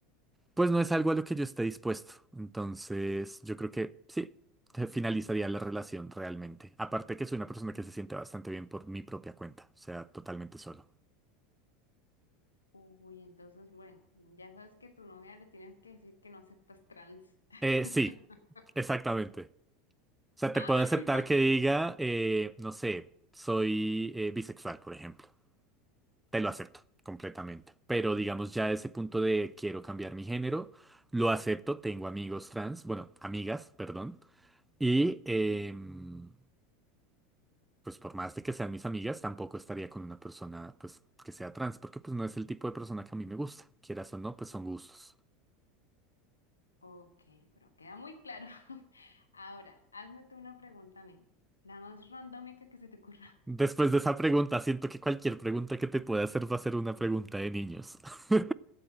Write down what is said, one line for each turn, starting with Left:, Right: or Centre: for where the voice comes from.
Centre: pues no es algo a lo que yo esté dispuesto. Entonces, yo creo que sí, te finalizaría la relación realmente. Aparte que soy una persona que se siente bastante bien por mi propia cuenta, o sea, totalmente solo.
Left: Uy, entonces, bueno, ya sabes que a tu novia le tienes que decir que no aceptas trans. <laughs>
Centre: Eh, sí, exactamente. O sea, te
Left: Ah,
Centre: puedo aceptar
Left: <laughs> ok.
Centre: que diga, eh, no sé, soy eh, bisexual, por ejemplo. te lo acepto completamente. Pero digamos ya ese punto de quiero cambiar mi género, lo acepto, tengo amigos trans, bueno, amigas, perdón. Y em, pues por más de que sean mis amigas, tampoco estaría con una persona pues que sea trans, porque pues no es el tipo de persona que a mí me gusta. Quieras o no, pues son gustos.
Left: Ok, bueno, queda muy claro. <laughs> Ahora, hazme tú una pregunta a mí, la más randómica que se te ocurra.
Centre: Después
Left: <laughs>
Centre: de esa pregunta, siento que cualquier pregunta que te pueda hacer va a ser una pregunta de niños. <laughs>